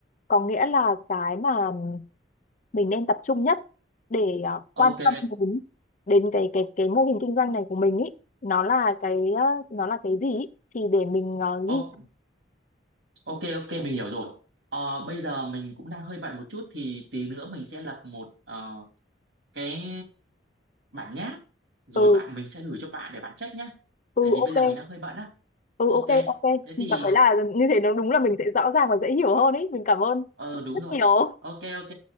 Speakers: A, on the left; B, on the right.
A: có nghĩa là cái mà mình nên tập trung nhất để à,
B: ok
A: quan tâm đến đến cái cái cái mô hình kinh doanh này của mình ấy nó là cái à, nó là cái gì ý. thì để mình à,
B: O-
A: ghi
B: ok ok mình hiểu rồi Ờ, bây giờ mình cũng đang hơi bận một chút thì tí nữa mình sẽ lập một ờ, cái bản nháp rồi
A: từ
B: bạn mình sẽ gửi cho bạn để bạn check nhá
A: từ
B: tại vì
A: ok
B: bây giờ mình đang hơi bận á
A: ừ
B: ok
A: ok ok
B: thế
A: mình
B: thì
A: cảm thấy là như thế nó đúng là mình sẽ rõ ràng và dễ hiểu hơn ấy mình cảm ơn
B: ờ đúng
A: rất
B: rồi
A: nhiều
B: ok ok